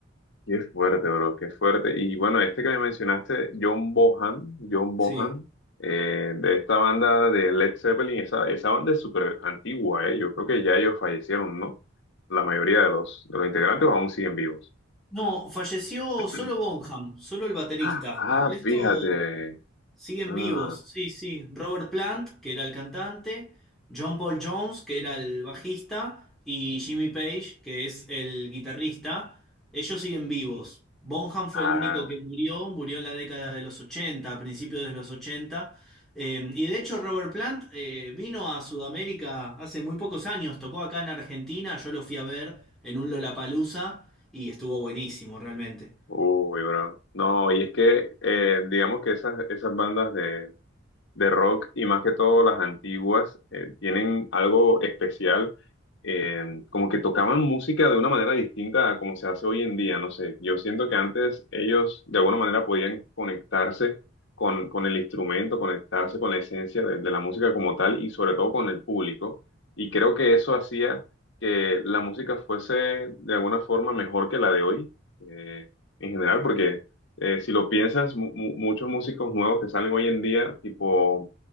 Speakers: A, on the left; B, in the centre.
A: Qué fuerte, bro, qué fuerte. Y bueno, este que me mencionaste, John Bohan, John Bohan,
B: Sí.
A: eh, de esta banda de Led Zeppelin, esa, esa banda es súper antigua, eh. Yo creo que ya ellos fallecieron, ¿no? La mayoría de los, de los integrantes aún siguen vivos.
B: No, falleció
A: <clears throat>
B: solo Bonham, solo el baterista.
A: Ah, ah,
B: El resto.
A: fíjate.
B: Siguen
A: Ah,
B: vivos, sí, sí. Robert Plant, que era el cantante, John Paul Jones, que era el bajista, y Jimmy Page, que es el guitarrista. Ellos siguen vivos. Bonham fue
A: ah,
B: el único que murió, murió en la década de los 80, a principios de los 80. Eh, y de hecho Robert Plant eh, vino a Sudamérica hace muy pocos años, tocó acá en Argentina, yo lo fui a ver en un Lollapalooza y estuvo buenísimo realmente.
A: uy, bro. No, y es que eh, digamos que esas, esas bandas de, de rock y más que todo las antiguas eh, tienen algo especial, eh, como que tocaban música de una manera distinta a como se hace hoy en día, no sé, yo siento que antes ellos de alguna manera podían conectarse con, con el instrumento, conectarse con la esencia de, de la música como tal y sobre todo con el público y creo que eso hacía que la música fuese de alguna forma mejor que la de hoy eh, en general porque eh, si lo piensas, mu- mu- muchos músicos nuevos que salen hoy en día, tipo,